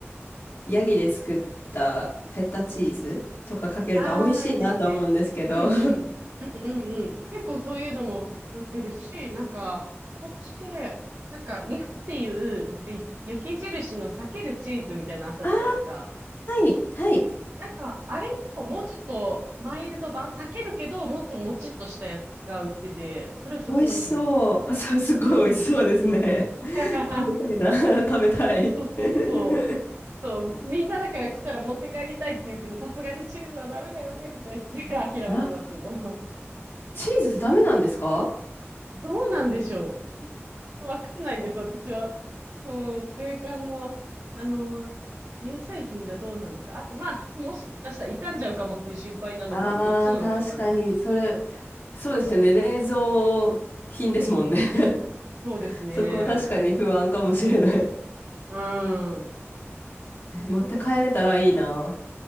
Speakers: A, on the left; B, on the right.
A: ヤギで作ったフェッタチーズとかかけると美味しいなと思うんですけど。
B: うんうん。ああ、いいですね。うんうん。
A: <laughs> あ
B: うんうん。結構そういうのも売ってるし、なんか、こっちで、なんか、日本っていう、なんか、ゆ雪印の裂けるチーズみたいなのあったじゃないですか。
A: あ、はい、はい。
B: なんか、あれのもうちょっとマイルド版、裂けるけど、もっともちっとしたやつが売ってて、それすごい美味しいんですよ。
A: 美味しそう。<laughs> それすごい美味しそうですね。
B: うんうん。
A: <laughs>
B: <laughs>
A: 食べたいな。<laughs> 食べたい。
B: そうそうそう。
A: <laughs>
B: そう、みんなだから来たら持って帰りたいって言うけど、さすがにチーズはダメだよね、とか言って諦めてますけど。
A: あ、
B: <laughs>
A: チーズダメなんですか
B: どうなんでしょうわかんないんです、私は。その、税関の、あの、乳製品がどうなのか。あと、まあ、多分もしかしたら傷んじゃうかもっていう心配なのかも、
A: ああー、
B: どっちなのかわかんない。
A: 確かに、それ、そうですよね。冷蔵品ですもんね。
B: うん。
A: <laughs>
B: そうですね。
A: そこは確かに不安かもしれない。
B: うん。
A: <laughs>
B: でも、
A: え持って帰れたらいいな。
B: あれ美味しいんだよな。